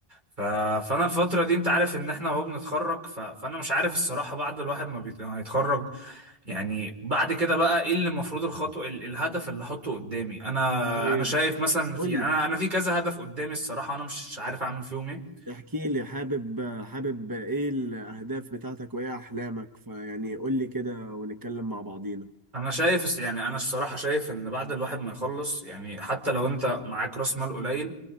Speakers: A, on the right; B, on the right.
A: ف... فانا الفترة دي انت عارف ان احنا اهو بنتخرج ف... فانا مش عارف الصراحة بعد الواحد ما, بيت... ما هيتخرج يعني بعد كده بقى ايه اللي المفروض الخطوة ال... الهدف اللي احطه قدامي انا
B: طيب
A: انا شايف مثلا في
B: قول
A: يعني
B: لي
A: انا انا في كذا هدف قدامي الصراحة انا مش عارف اعمل فيهم ايه
B: احكي لي حابب حابب ايه الاهداف بتاعتك وايه احلامك فيعني قول لي كده ونتكلم مع بعضينا
A: انا شايف يعني انا الصراحه شايف ان بعد الواحد ما يخلص يعني حتى لو انت معاك راس مال قليل